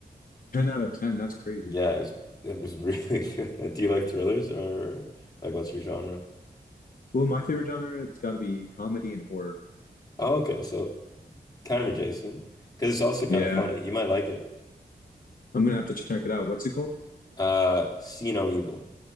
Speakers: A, on the left; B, on the left.
A: 10 out of 10, that's crazy.
B: Yeah, it was it was really <laughs> good. Do you like thrillers or like what's your genre?
A: Well, my favorite genre has got to be comedy and horror.
B: Oh, okay, so kind of adjacent because it's also kind
A: Yeah,
B: of funny. You might like it.
A: I'm gonna have to check it out. What's it called?
B: Uh, See No Evil.